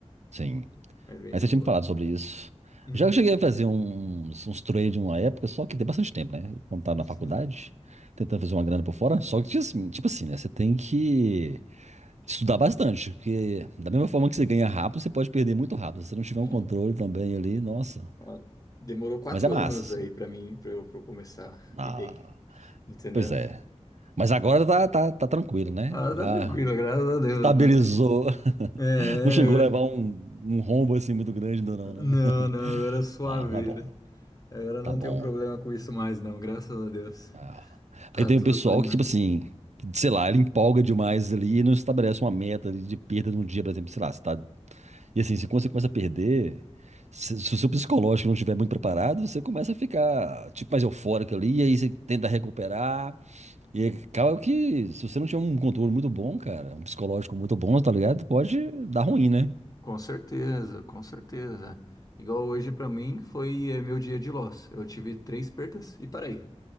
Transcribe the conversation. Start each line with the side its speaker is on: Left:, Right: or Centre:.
Right: Sim.
Left: Mas bem
Right: Aí
Left: de
Right: você
Left: boa.
Right: tinha me falado sobre isso.
Left: Hum,
Right: Já eu cheguei a fazer uns, uns trade uma época, só que tem bastante tempo, né? Quando tava na
Left: sim.
Right: faculdade, tentando fazer uma grana por fora, só que tinha assim, tipo assim, né? Você tem que estudar bastante, porque da mesma forma que você ganha rápido, você pode perder muito rápido. Se você não tiver
Left: É,
Right: um controle também ali, nossa.
Left: ó, demorou quatro
Right: Mas é massa,
Left: anos
Right: assim.
Left: aí pra mim, pra eu, pra eu começar
Right: Ah,
Left: e bem, entendeu?
Right: pois é. Mas agora tá, tá, tá tranquilo, né?
Left: Ah,
Right: Já
Left: tá tranquilo, graças a Deus,
Right: estabilizou.
Left: né?
Right: <laughs>
Left: É,
Right: Não chegou a
Left: é,
Right: levar um, um rombo assim muito grande ainda não,
Left: não,
Right: né? <laughs>
Left: não, agora é suaveira.
Right: Ah, tá bom.
Left: Agora
Right: Tá
Left: não
Right: bom.
Left: tenho problema com isso mais, não, graças a Deus.
Right: Ah. Porque
Left: Tá
Right: tem
Left: tudo
Right: o pessoal
Left: fluindo.
Right: que, tipo assim, sei lá, ele empolga demais ali e não estabelece uma meta ali de perda num dia, por exemplo, sei lá, você tá... E assim, se quando você começa a perder, se, se o seu psicológico não estiver muito preparado, você começa a ficar, tipo, mais eufórico ali, e aí você tenta recuperar, e aí acaba que, se você não tiver um controle muito bom, cara, um psicológico muito bom, tá ligado? Pode dar ruim, né?
Left: Com certeza, com certeza. Igual hoje pra mim foi é, meu dia de loss. Eu tive três perdas e parei,